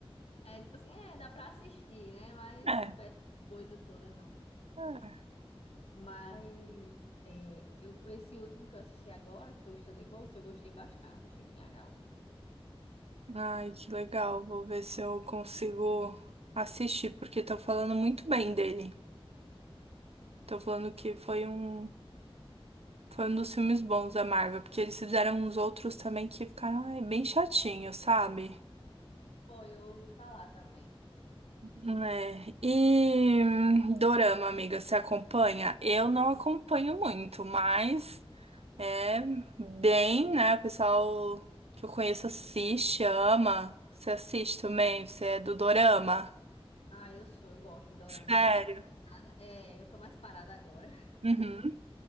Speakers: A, on the left; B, on the right.
A: é tipo assim, é, dá pra assistir, né? Mas
B: É.
A: não foi essa coisa toda, não.
B: é.
A: Mas é, eu, esse último que eu assisti agora, que foi o Thunderbolts, eu gostei bastante, achei bem legal.
B: Ai, que legal. Vou ver se eu consigo assistir, porque estão falando muito bem dele. Estão falando que foi um Foi um dos filmes bons da Marvel, porque eles fizeram uns outros também que ficaram ai, bem chatinhos, sabe?
A: Foi, eu ouvi falar também.
B: Né? E hum, Dorama, amiga, você acompanha? Eu não acompanho muito, mas é bem, né? O pessoal que eu conheço assiste, ama. Você assiste também? Você é do Dorama?
A: Ah, eu sou, eu gosto de dorama.
B: Sério?
A: Eu tô mais parada, é, eu tô mais parada agora. <laughs>
B: Uhum.